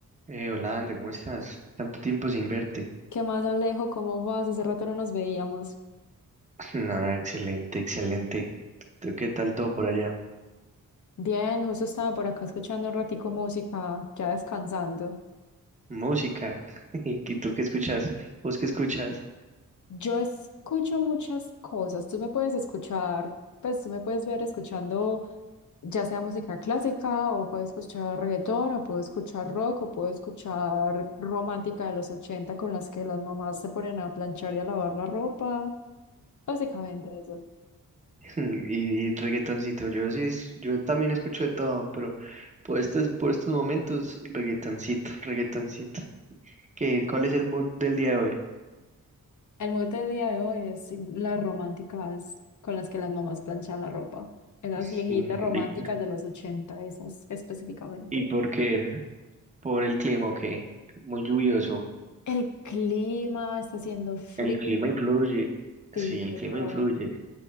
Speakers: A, on the right (about 20°); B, on the left (about 60°).
A: Eh, hola, André, ¿cómo estás? Tanto tiempo sin verte.
B: ¿Qué más, Alejo? ¿Cómo vas? Hace rato no nos veíamos.
A: <laughs> Ah, excelente, excelente. ¿Tú qué tal todo por allá?
B: Bien, justo estaba por acá escuchando un ratico música, ya descansando.
A: Música. <laughs> ¿Y qué- tú qué escuchas? ¿Vos qué escuchas?
B: Yo escucho muchas cosas. Tú me puedes escuchar, pues tú me puedes ver escuchando ya sea música clásica o puedo escuchar reggaetón o puedo escuchar rock o puedo escuchar romántica de los 80 con las que las mamás se ponen a planchar y a lavar la ropa. Básicamente eso.
A: <laughs> Y reggaetoncito. Yo sí, es- yo también escucho de todo, pero por estos, por estos momentos, reggaetoncito, reggaetoncito. ¿Qué, cuál es el mood del día de hoy?
B: El mood del día de hoy es las románticas con las que las mamás planchan la ropa. Esas
A: <laughs>
B: viejitas
A: Mm,
B: románticas
A: ¿Y,
B: de los 80 esas específicamente.
A: y por qué? ¿Por el clima o qué? Muy lluvioso.
B: El clima está haciendo frío.
A: El clima influye. Sí,
B: Sí,
A: el
B: total.
A: clima influye.